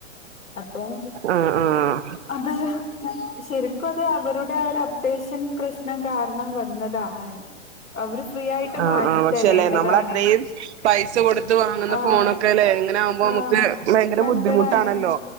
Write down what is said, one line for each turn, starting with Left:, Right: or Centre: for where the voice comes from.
Left: അപ്പം
Right: ആഹ് ആഹ്
Left: അത് ശരിക്കും അത് അവരുടെ ഒരപ്ഡേഷൻ പ്രശ് നം കാരണം വന്നതാണ് അവര് ഫ്രീ ആയിട്ട്
Right: ആഹ്
Left: മാറ്റി
Right: ആഹ് പക്ഷെ
Left: തരേണ്ടതാണ്
Right: ല്ലെ നമ്മള ത്രയും പൈസ കൊട്ത്ത് വാങ്ങുന്ന
Left: ആഹ്
Right: ഫോണൊക്കെ ല്ലേ എങ്ങനാവുമ്പം നമുക്ക്
Left: ആഹ്
Right: ഭയങ്കര
Left: സങ്കടാണ്
Right: ബുദ്ധിമുട്ടാണല്ലോ